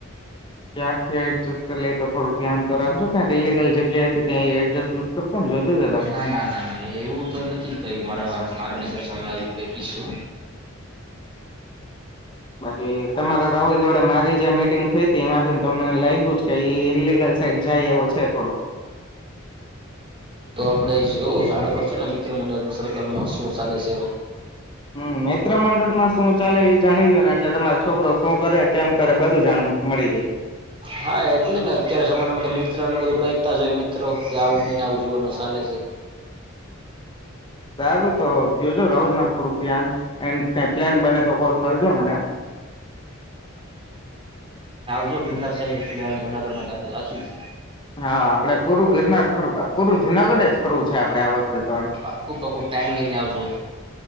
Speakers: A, on the left; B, on the right.
A: ક્યાંક થી એડજસ્ટ કરી લે તો થોડું ધ્યાન તો રાખજો ક્યાં ઇિગલ જગ્યા થી કઈ એડજસ્ટ નથી કરતો ને જોજો જરાક
B: ના ના ના ના એવું તો નથી કઈ મારા મારા નજર સામે આવું કઈ કીશો
A: બાકી તમારા રાહુલ જોડે મારી જે મીટિંગ થઈ હતી એમાંથી તો મને લાગ્યું જ કે ઈલિગલ સાઈડ જાય એવો છે થોડો
B: આપણે જોવુંશે જાણ કરશું ને મિત્ર મંડળ સર્કલમાં શું ચાલે છે
A: હમ મિત્ર મંડળમાં શું ચાલે એ જાણી લોયો ને એટલે તમારો છોકરો શું કરે કેમ કરે બધું જાણ મળી જાય
B: હા એટલે ને અત્યારે જમાનામાં તો મિત્ર ને બધું કહેતા હોએ મિત્રો કે આવું ને આવું જો ન સક હાલે છે
A: સારું તો જોજો રાહુલ માં થોડુંક ધ્યાન એન્ડ ક પ્લેન બને તો કોલ કરજો મને
B: જો ગિરનાર સઈદ એટલે જુનાગઢ માં આપદે જાસૂસ
A: હા આપડે પૂરું ગિરનાર ફર પૂરું જુનાગઢ જ ફરવું છે આપડે આ વખતે તો આ
B: પાકું પાકું ટાઈમ લઈને આવજો